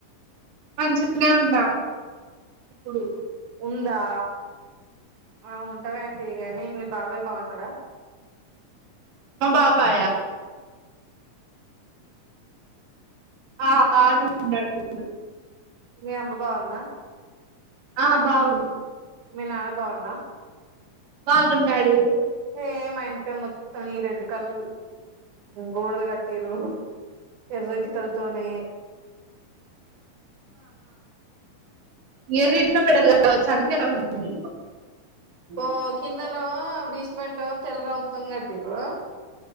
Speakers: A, on the right; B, on the right.
A: మంచిగానే ఉన్న ఇప్పుడు
B: ఉందా ఆ ఉంటాదని తీగానీ మీ బాబాయ్ బాగున్నాడా
A: మా బాబాయ్ ఆ ఆ బాగా ఉన్నడు
B: మీ అమ్మ బాగుందా
A: ఆ బాగుంది
B: మీ నాన్న బాగున్నా
A: బగున్నాడు
B: ఏ మా ఇంటికా మొత్తం ఈ రెడ్ కలర్ గోడలు కట్టిరు ఎర్ర ఇటుకల తోనీ
A: ఎర్ర ఇంట్లో పెడలు కావచ్చు అందుకే ఎర్రగా ఉన్నాయ్
B: ఓ కిందను బిస్ <unintelligible>